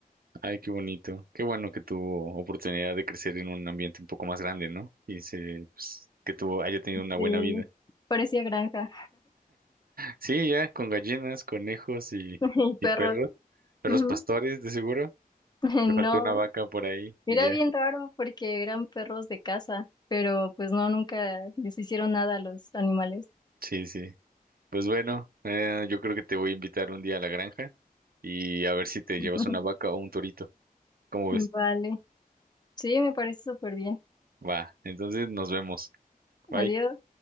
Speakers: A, on the right; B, on the left.
A: Ay, qué bonito. Qué bueno que tuvo oportunidad de crecer en un ambiente un poco más grande, ¿no? Y se, pues, que tuvo, haya tenido una buena
B: Sí,
A: vida.
B: parecía granja
A: Sí, ya, con gallinas, conejos y,
B: <laughs> y perros,
A: y perros, perros
B: ujú.
A: pastores, de seguro.
B: <laughs>
A: Te faltó
B: No,
A: una vaca por ahí
B: era
A: y ya.
B: bien raro porque eran perros de casa, pero pues no, nunca les hicieron nada a los animales.
A: Sí, sí. Pues bueno, eh, yo creo que te voy a invitar un día a la granja y a ver si te
B: <laughs>
A: llevas una vaca o un torito. ¿Cómo
B: Vale.
A: ves?
B: Sí, me parece súper bien.
A: Va, entonces nos vemos. Bye.
B: Adiós.